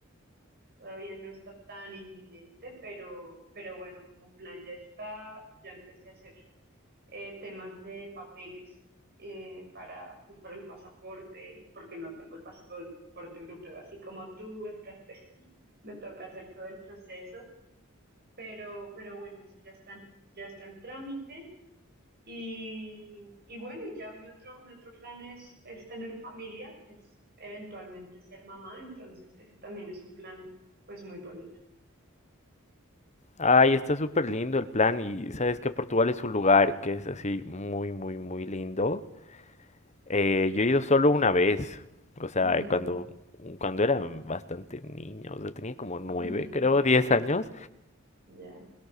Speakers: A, on the right; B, on the left.
A: Todavía no está tan inminente, pero, pero bueno, como plan ya está, ya empecé a hacer eh, temas de papeles eh, para, pues para el pasaporte, porque no tengo el pasaporte europeo, así como tú, <laughs> entonces me toca hacer todo el proceso. Pero, pero bueno, eso ya está, ya está en trámite. Y, y bueno, y ya mi otro, mi otro plan es, es tener familia, es eventualmente ser mamá, entonces ese también es un plan pues muy bonito.
B: Ay, está súper lindo el plan y sabes que Portugal es un lugar que es así muy, muy, muy lindo. Eh, yo he ido solo una vez, o sea,
A: Ujú.
B: cuando, cuando era bastante niño, o sea, tenía como nueve,
A: <laughs>
B: creo, diez años.
A: Ya,